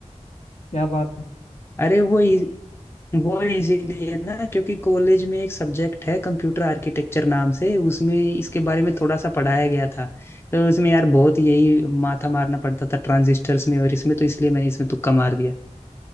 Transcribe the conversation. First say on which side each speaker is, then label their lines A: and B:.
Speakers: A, on the left; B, on the left.
A: क्या बात है
B: अरे वो इ- वो इजीली है ना क्योंकि कॉलेज में एक सब्जेक्ट है कंप्यूटर आर्किटेक्चर नाम से उसमें इसके बारे में थोड़ा सा पढ़ाया गया था तो उसमें यार बहुत यही माथा मारना पड़ता था ट्रांजिस्टर्स में और इसमें तो इसलिए मैंने इसमें तुक्का मार दिया